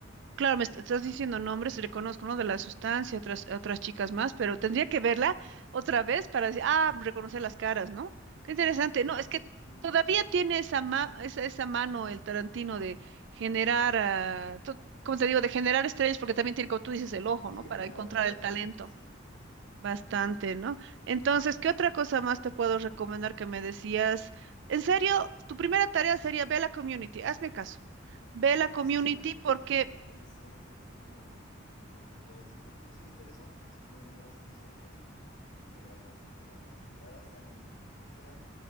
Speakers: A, on the right; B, on the left.
A: Claro, me est- estás diciendo nombres, reconozco, ¿no? De la sustancia, otras, otras chicas más,
B: Ajá.
A: pero tendría que verla otra vez para decir, ah, reconocer las caras, ¿no? Qué interesante.
B: Sí,
A: No,
B: es, es
A: es que
B: muy curioso,
A: todavía
B: muy curioso.
A: tiene esa, ma- esa, esa mano el Tarantino de generar, ah, to- como te digo, de generar estrellas, porque también tiene, como tú dices, el ojo,
B: Sí,
A: ¿no? Para
B: claro,
A: encontrar
B: es verdad,
A: el talento.
B: el, el- sí,
A: Bastante,
B: sí, sí.
A: ¿no? Entonces, ¿qué otra cosa más te puedo recomendar que me decías? En serio, tu primera tarea sería ve a la community, hazme caso. Ve
B: Community.
A: a la community
B: Sí, no, yo creo, yo
A: porque,
B: creo que yo la comencé, tal vez vi como unos dos, tres capítulos y me interesó, simplemente no la seguí, so- pero sí, sí me atrajo bastante la, la serie. La verdad estaba muy, pues tenía